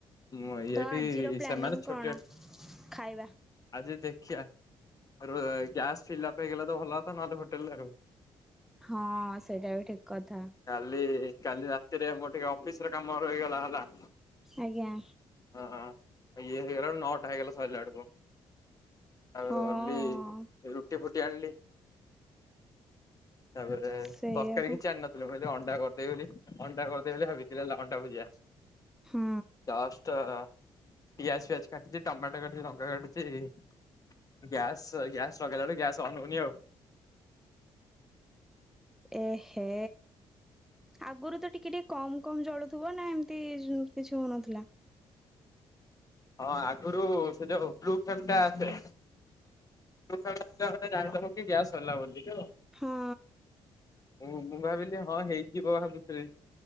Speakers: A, on the left; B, in the centre.
A: ମୁଁ ଇଏଠି
B: ତ ଆଜିର ପ୍ଲାନିଂ
A: ସେମାନେ ଛୋଟିଆ
B: କଣ ଖାଇବା?
A: ଆଜି ଦେଖିବା। ଆ ଗ୍ୟାସ ଫିଲା ପାଇଁଗଲେ ତ ଭଲତା ନହେଲେ ହୋଟେଲରେଉ।
B: ହଁ ସେଇଟା ବି ଠିକ କଥା।
A: କାଲି କାଲି ରାତିରେ ମୋର ଟିକେ ଅଫିସ ରେ କାମ ରହିଗଲା ହେଲା।
B: ଆଜ୍ଞା।
A: ହଁ ହଁ ଇଏ ହେଇଗଲାଳକୁ ନଟା ହେଇଗଲା ସଇଲା ଆଡ଼କୁୁ ଆ
B: ହଁ
A: ଲି ଫୁଟି ଫୁଟି ଆଣିଲି ତାପରେ
B: ସେଇଆ
A: ତରକାରୀ
B: ପା
A: କିଛି ଆଣିନ କହିଲ ଅଣ୍ଡା କରିଦେଇ ବୋଲି ଅଣ୍ଡା କରିଦେଇ ବୋଲି ଭାବିଥିଲେ ହେଲା ଅଣ୍ଡା ଭୁଜିଆ।
B: ହଁ।
A: ଲଷ୍ଟ ପିଆଜ ପିଆଜ କାଟୁଚି ଟମାଟୋ କାଟୁ ଲଙ୍କା କାଟୁଛି। ଗ୍ୟାସ୍ ଗ୍ୟାସ୍ ଲଗେଇଲା ବଳୁ ଗ୍ୟାସ୍ ଅନ୍ ହଉନି ଆଉ।
B: ଏହେ ଆଗରୁ ତ ଟିକେ ଟିକେ କମ କମ ଜଳୁଥିବ ନା ଏମିତି କିଛି ହଉନଥିଲା।
A: ହଁ ଆଗରୁ ସେ ଯୋଉ ବ୍ଲୁ ଫେମ୍ ଟା ଆସେ। <unintelligible> ମୁଁ ଭାବିଲି
B: ହଁ
A: ହଁ ହେଇଯିବ ଭାବୁଥିଲି।